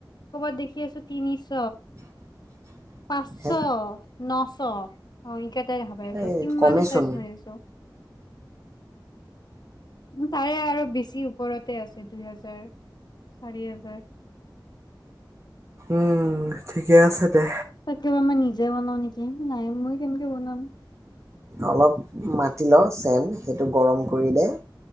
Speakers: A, on the left (about 60°); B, on the right (about 40°).
A: ক'বাত দেখি আছো তিনিশ
B: <inaudible>
A: পাঁচশ
B: হে
A: নশ অ <unintelligible> দেখা পাই আছো
B: এই
A: কিমানে
B: কমেইচোন
A: চাৰ্চ কৰি আছো তাৰে আৰু বেছি ওপৰতে আছে দুই হেজাৰ চাৰি হাজাৰ
B: উম ঠিকে আছে দে
A: <unintelligible> তাকেবা মই নিজে বনাও নেকি নাই মই কেনেকে বনাম
B: অলপ মাটি ল চেন সেইটো গৰম কৰি দে